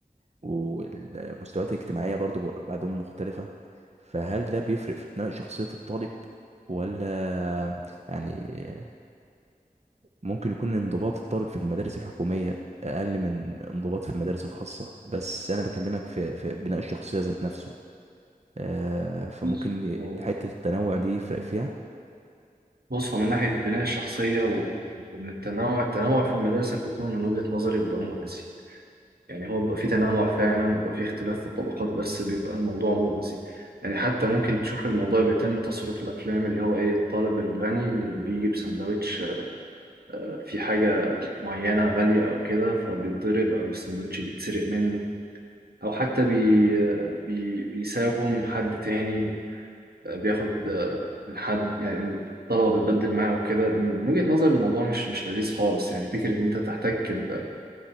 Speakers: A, on the right; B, on the right.
A: والمستويات الاجتماعية برضو ب- بعدهم مختلفة فهل ده بيفرق في بناء شخصية الطالب ولا يعني ممكن يكون انضباط الطالب في المدارس الحكومية أقل من انضباط في المدارس الخاصة بس أنا بكلمك في, في بناء الشخصية ذات نفسه آه، فممكن
B: بص هو-
A: حتة التنوع دي يفرق فيها
B: بص، هو من ناحية بناء الشخصية و- وإن التنوع التنوع في المدارس الحكومية من وجهة نظري بيبقى مؤذي يعني هو بيبقى فيه تنوع فعلا وبيبقى فيه اختلاف في الطبقات بس بيبقى الموضوع مؤذي يعني حتى ممكن تشوف الموضوع بيتم تصريف الأفلام اللي هو إيه الطالب الغني اللي بيجي بسندوتش آه، في حاجة معينة غالية أو كده فبيتضرب أو السندوتش بيتسرق منه أو حتى بي آه، بي بيساوم حد تاني آه، بياخد آه، من حد يعني الطلبة بتبدل معاه وكده من وجهة نظر الموضوع مش مش لذيذ خالص يعني فكرة إن أنت تحتك ب